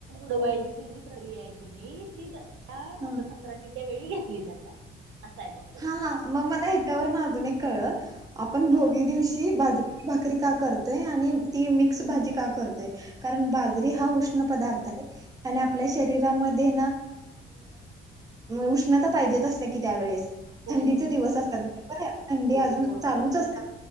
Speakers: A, on the right; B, on the right.
A: वयाची जी प्रिया आहे की नाही ती - मकर
B: हा
A: संक्रांतीच्या वेळी - ती घेतली! जात्या असं आहे बघ त्याच
B: हा -हा मग मला हच्यावरून अजून एक कळलं. आपण भोगी
A: हा
B: दिवशी बाजरी भाकरी का करतोय? आणि ती मिक्स भाजी का करतेय? कारण बाजरी हा उष्ण पदार्थ आणि आपल्या शरीरामध्ये उष्णता पाहिजे असते की त्या वेळेसम्हणून
A: होय
B: थंडीचे
A: बरोबर
B: दिवस असतात बर थंडी
A: होय
B: अजून
A: होय
B: चालूच
A: होय
B: असते